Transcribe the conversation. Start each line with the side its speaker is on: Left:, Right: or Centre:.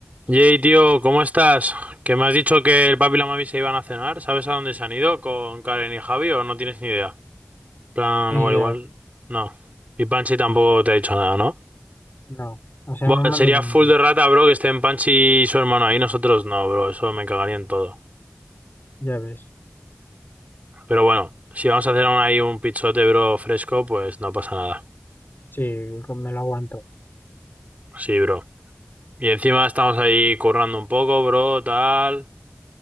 Right: Yey, tío, ¿cómo estás? Que me has dicho que el papi y la mami se iban a cenar. ¿Sabes a dónde se han ido con Karen y Javi o no tienes ni idea? Plan,
Left: Ni
Right: igual,
Left: idea,
Right: igual.
Left: la-
Right: No. Y Panchi tampoco te ha dicho nada, ¿no?
Left: no. O sea,
Right: Buah,
Left: me mando
Right: sería
Left: un...
Right: full de rata, bro, que estén Panchi y su hermano ahí. Nosotros no, bro. Eso me cagaría en todo.
Left: Ya ves.
Right: Pero bueno, si vamos a hacer aún ahí un pichote, bro, fresco, pues no pasa nada.
Left: Sí, con- me lo aguanto.
Right: Sí, bro. Y encima estamos ahí currando un poco, bro, tal.